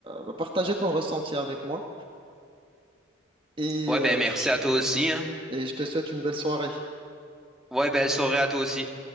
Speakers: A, on the right (about 25°); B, in the centre.
A: bah, partagé ton ressenti avec moi et,
B: Ouais,
A: euh,
B: ben merci
A: je-
B: à toi aussi, hein.
A: et je te souhaite une belle soirée.
B: Ouais, belle soirée à toi aussi.